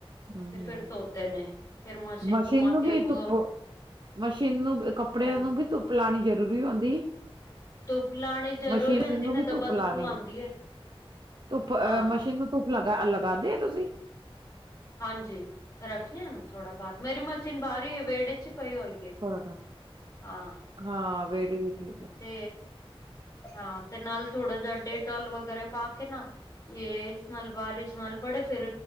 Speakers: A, on the right; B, on the left.
A: ਹੂੰ,
B: ਤੇ ਫਿਰ ਧੋਤੇ ਨੇ ਫਿਰ
A: ਮਸ਼ੀਨ
B: ਘੁਮਾ
A: ਨੂੰ
B: ਕੇ
A: ਵੀ
B: ਬਹੁ
A: ਧੁੱਪ ਮਸ਼ੀਨ ਨੂੰ ਕੱਪੜਿਆਂ
B: ਹਾਂਜੀ
A: ਨੂੰ ਵੀ ਧੁੱਪ ਲਾਨੀ ਜ਼ਰੂਰੀ ਹੁੰਦੀ।
B: ਧੁੱਪ ਲਾਣੀ ਜ਼ਰੂਰੀ
A: ਮਸ਼ੀਨ
B: ਹੁੰਦੀ
A: ਨੂੰ
B: ਨਈ
A: ਵੀ
B: ਤਾਂ
A: ਧੁੱਪ
B: ਬਦਬੂ
A: ਲਾਣੀ
B: ਆਂਦੀ ਏ।
A: ਧੁੱਪ ਅ
B: ਹਾਂ
A: ਮਸ਼ੀਨ ਨੂੰ ਧੁੱਪ ਲਗਾ ਲਗਾਦੇ ਐ ਤੁਸੀਂ?
B: ਹਾਂਜੀ ਰੱਖਨੇ ਆ ਏਨੂੰ ਥੋੜਾ ਬਾਰ ਮੇਰੀ ਮਸ ਚਨ ਬਾਰੀ ਏ ਵੇੜੇ ਚ ਪਏ ਹੋਈਏ ਏ,
A: ਹਾਂ
B: ਹਾਂ।
A: ਹਾਂ ਵੇੜੇ ਵਿਚ ਵੀ ਆ।
B: ਤੇ ਹਾਂ ਤੇ ਨਾਲ ਥੋੜਾ ਜਾ ਡੇਟੋਲ ਵਗੈਰਾ ਪਾ ਕੇ ਨਾ ਜੇ ਇਸ ਨਾਲ ਬਾਰਿਸ਼ ਨਾਲ ਪੜੇ ਫਿਰ